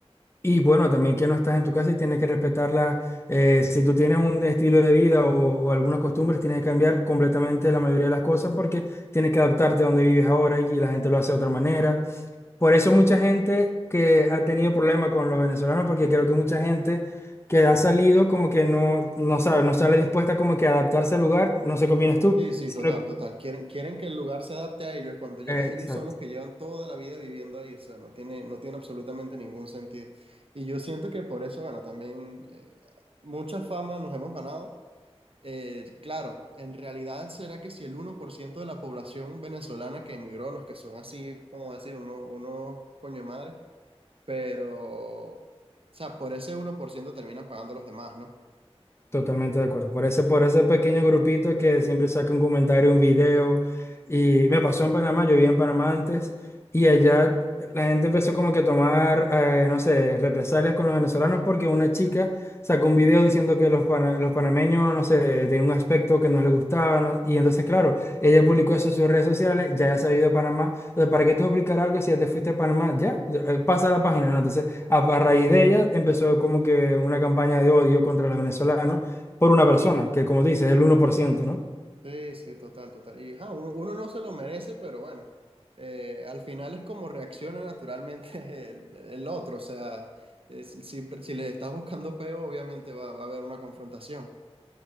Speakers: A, on the left; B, on the right.
A: Y bueno, también que no estás en tu casa y tienes que respetarla. eh, si tú tienes un estilo de vida o, o algunas costumbres, tienes que cambiar completamente la mayoría de las cosas porque tienes que adaptarte a donde vives ahora y la gente lo hace de otra manera por eso mucha gente que ha tenido problemas con los venezolanos, porque creo que mucha gente que ha salido como que no, no sabe, no sale dispuesta como que a adaptarse al lugar, no sé qué opinas tú,
B: Sí, sí,
A: sino-
B: total, total. Quieren, quieren que el lugar se adapte a ellos cuando ya-
A: Exacto.
B: ellos son los que llevan toda la vida viviendo ahí. O sea, no tiene, no tiene absolutamente ningún sentido. Y yo siento que por eso, bueno, también eh, mucha fama nos hemos ganado Eh, claro, en realidad será que si el uno por ciento de la población venezolana que emigró, los que son así, como decir, uno, uno coño de madre, pero, o sea, por ese uno por ciento terminan pagando los demás, ¿no?
A: Totalmente de acuerdo. Por ese, por ese pequeño grupito que siempre saca un comentario, un video. Y me pasó en Panamá, yo vivía en Panamá antes, y allá la gente empezó como que a tomar, eh, no sé, represalias con los venezolanos porque una chica sacó un video diciendo que los, pana- los panameños, no sé, tenían un aspecto que no les gustaba. ¿no? Y entonces, claro, ella publicó eso en sus redes sociales, ya ya se ha ido de Panamá. Entonces, ¿para qué tú explicar algo si ya te fuiste a Panamá? Ya, ya, eh, pasa la página, ¿no? Entonces, a a raíz de ella empezó como que una campaña de odio contra los venezolanos por una persona, que como dices, es el uno por ciento ¿no?
B: Sí, sí, total, total. Y ajá, uno, uno no se lo merece, pero bueno, eh, al final es como reacciona naturalmente <laughs> el, el otro, o sea, es- si, si les estás buscando peo, obviamente va, va a haber una confrontación.